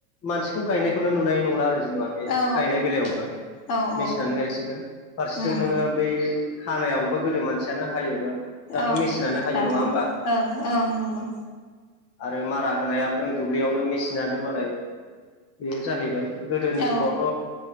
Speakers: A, on the left; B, on the left.
A: मानसिखौ गायनायखौनो नुनाय नंला आरो। जेनेबा बे
B: औ
A: गायनाय बेलायावबो
B: औ औ
A: मेसिनानो गायसिगोन फारसेथिं
B: उम
A: नोङो बै हानायावबो गोदो मानसियानो हायोमोन। दाथ'
B: औ
A: मेसिनानो हायो
B: दाथ'
A: नङा होमबा?
B: ओं ओं नंगौ
A: आरो मारा होनायाबो नों दुब्लियावनो मेसिनानो मालाय बेयो जाहैबाय गोदोनि
B: औ
A: समावथ'